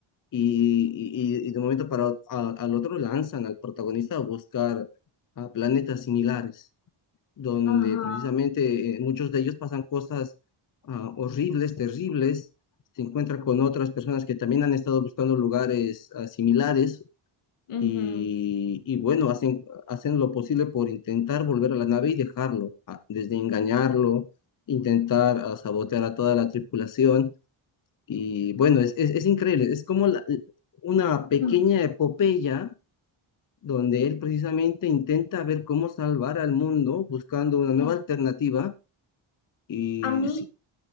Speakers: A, on the left (about 40°); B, on the left (about 80°).
A: Y, y- y de un momento para ot- a- al otro lanzan al protagonista a buscar a planetas similares donde
B: ajá.
A: precisamente eh, muchos de ellos pasan cosas ah, horribles, terribles, se encuentran con otras personas que también han estado buscando lugares ah, similares
B: ujú,
A: y, y bueno, hacen, hacen lo posible por intentar volver a la nave y dejarlo, ah, desde engañarlo, intentar ah, sabotear a toda la tripulación y bueno, es, es, es increíble, es como la- una pequeña
B: mm,
A: epopeya donde él precisamente intenta ver cómo salvar al mundo buscando una nueva
B: ah.
A: alternativa y
B: A mí,
A: sí,